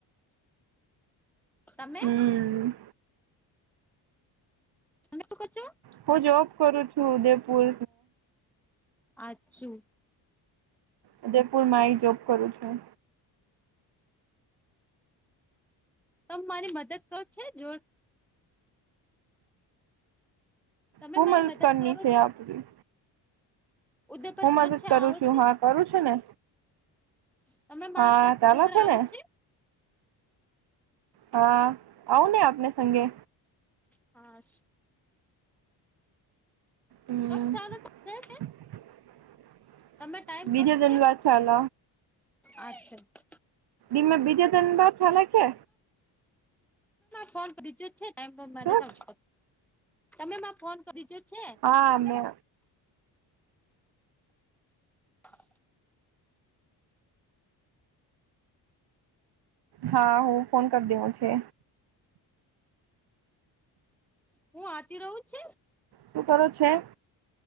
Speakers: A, in the centre; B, on the right.
A: તમે.
B: હમ
A: તું કર છો.
B: હું જોબ કરું છું ઉદયપુર.
A: આચું.
B: ઉદયપુર મા એ જોબ કરું છું.
A: ત મારી મદદ કરો છે જો. તમે
B: હું
A: મારી
B: મદદ કરની
A: કરો
B: છે આપની.
A: ઉદયપર
B: હું
A: ચણો
B: મદદ
A: છે
B: કરું
A: આવો
B: છું
A: છે
B: હા કરું છું ને.
A: તમે મા
B: હા
A: સાત
B: ચાલે
A: ઉધ પણ આવો
B: ને
A: છે.
B: હા આવુંને આપને સંગે.
A: હા.
B: હમ
A: કબ ચાલુ થશે છે તમે ટાઈમ
B: બીજા
A: કબ
B: ધન્યવાદ
A: છે
B: ચાલ.
A: અચ્છા.
B: ીમે બીજા દન બાવ ચાલે છે.
A: ફોન કરી છે છે. ટમ પણ મને
B: શું
A: સમજ તમે મા ફોન કરીજો છે.
B: હા મે.
A: હ.
B: હા હું ફોન કરી દેવ છે.
A: હું આથી રહો છ.
B: શું કરું છે.